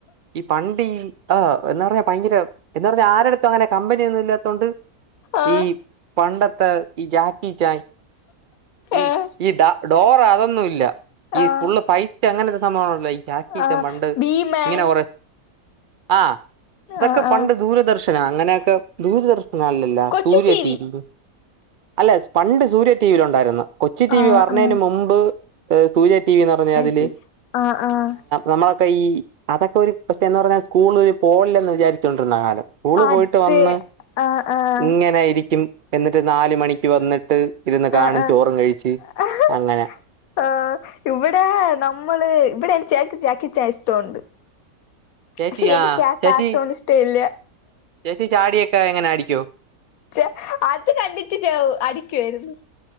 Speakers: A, on the right (about 65°); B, on the left (about 75°).
A: ഈ പണ്ട് ഈ ആ എന്ന് പറഞ്ഞ ഭയങ്കര എന്ന് പറഞ്ഞാൽ ആരുടുത്തും അങ്ങനെ കമ്പനിയൊന്നും ഇല്ല ഉണ്ട്
B: ആഹ്
A: ഈ പണ്ട ത്തെ ഇ ജാക്കി ചാൻ ഈ
B: ഏഹ്
A: ഈ സാ ഡോറ അതൊന്നും ഇല്ല ഈ
B: ആഹ്
A: ഫുള്ള് ഫൈറ്റ് അങ്ങനത്തെ സംഭവങ്ങൾ വൈ ജാകിജാ
B: ആഹ്
A: പണ്ട്
B: ഭീമൻ
A: ഇങ്ങനെ കുറെ ആ അതൊക്കെ
B: ആഹ് ആഹ്
A: പണ്ട് ദൂരദർശൻ ലാ അങ്ങനെ ക്ക ദൂരദർശനല്ലല്ല
B: Kochu
A: Surya
B: T
A: T V അല്ലെ സ്പണ്ട് സൂര്യ ടിവിൽ ഉണ്ടായിരുന്നു കൊച്ചു ടി
B: ആഹ്
A: വി വറനേന്
B: ആഹ്
A: മുമ്പ് സൂര്യ ടി വി ന്നു പറഞ്ഞാൽ അതില്
B: ടി വി ആഹ് ആഹ്
A: നമ്മള ഈ അതൊക്കെ ഒരു പ്രേത്യേ എന്ന് പറഞ്ഞാ സ്കൂള് പോകില്ലന്ന് വിചാരിച്ചുണ്ട് വന്നിരുന്ന കാലം സ്കൂള്
B: അത്
A: പോയിട്ട് വന്ന്
B: ആഹ് ആഹ്
A: ഇങ്ങനെയിരിക്കും എന്നിട്ട് നാല് മണിക്ക് വന്നിട്ട് <unintelligible> ഇരുന്ന് കാണും
B: ആഹ്
A: ചോറും കഴിച്ചു
B: ആഹ്
A: അങ്ങനെ
B: ആഹ് ഇവിടെ നമ്മള് ഇവിടെ എനി ചേട്ടൻ ചക്കിച്ചാൻ ഇഷ്ടമുണ്ട്
A: ചേച്ചി
B: പക്ഷെ എനിക്കാ
A: ആ ചേച്ചി
B: കാർട്ടൂൺ ഇഷ്ടം ഇല്ല
A: ചേച്ചി ചാടിയൊക്കെ എങ്ങനെ അടിക്കോ
B: ചെ അത് കണ്ടിട്ട് ച അടിക്കാരുന്നു